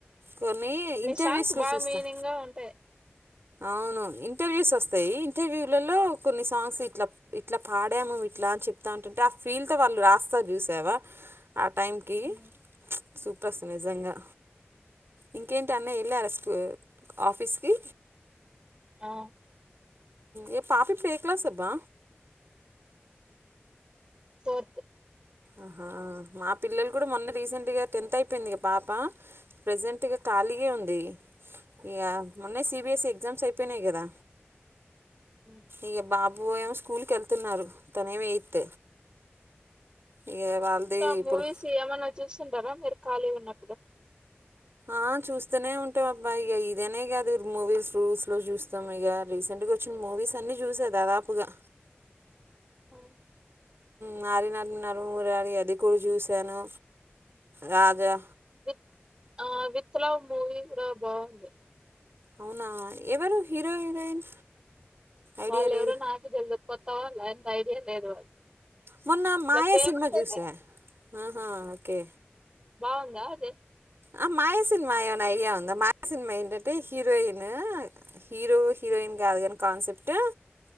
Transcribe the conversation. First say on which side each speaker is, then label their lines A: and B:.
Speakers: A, on the right; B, on the right.
A: కొన్ని ఇంటర్వ్యూస్లో
B: సాంగ్స్ బాగా
A: చూస్తా
B: మీనింగ్ గా ఉంటాయి.
A: అవును ఇంటర్వ్యూస్ వస్తాయి. ఇంటర్వ్యూలలో కొన్ని సాంగ్స్ ఇట్లా ఇట్లా పాడాము ఇట్లా అని చెప్తా ఉంటుంటే ఆ ఫీల్తో వాళ్ళు రాస్తారు. చూ సేవ ఆ టైమ్ కి
B: హ్మ్.
A: సూపర్స్ నిజంగా ఇంకేంటి అన్నయ వేలారా స్కూ ఆఫీస్ కి
B: ఆ
A: ఏ పాప ఇప్పుడు ఏ క్లాస్ అబ్బా,
B: ఫోర్త్
A: ఆహా మా పిల్లలు కూడా మొన్న రీసెంట్గా టెన్త్ అయిపోయింది. పాప ప్రెజెంట్ గా ఖాళ్ళి గా ఉంది. ది ఇగా మొన్నే సిబీఎస్ఈ ఎగ్జామ్స్ అయిపోయినాయి కదా,
B: హ్మ్.
A: ఇగా బాబూ బాయ్స్ ఏమో స్కూల్కి వెళ్తున్నారు తనేమో ఎయిత్, ఇక వాళ్ళది
B: ఇంకా
A: ఇప్పుడు
B: మూవిస్ ఏమన్నా చుస్ తుంటారా మీరు ఖాళీ ఉన్నప్పుడు,
A: ఆ చూస్తూనే ఉంటాం అబ్బా ఇక ఇదనే కాదు మూవీస్ రూల్స్లో చూస్తాం, ఇక రీసెంట్గా వచ్చిన మూవీస్ అన్ని చూసా దాదాపుగా,
B: హు
A: నారి నారా నరమూరారి అది కూడా చూశాను, రాజా
B: విత్ ఆ విత్ లావ్ మూవి కూడా బాంది
A: అవునా ఎవరు హీరో హీరోయిన్ ఐడియా
B: వాళ్ళ
A: లేదు
B: ఎవరో నాకు తెల్డు కొత్తవాళ్ళ అంత ఐడియా లేదు
A: మొన్న మాయా
B: ఇలా ఫేమస్
A: సినిమా జూసా
B: అయితే
A: ఆహా ఓకే
B: బాగుందా అదే
A: ఆ మాయా సినిమా ఏమనా ఐడియా ఉందా మాయా సినిమా ఏంటంటే హీరోయిన్ హీరో హీరోయిన్ కాదు కాని కాన్సెప్ట్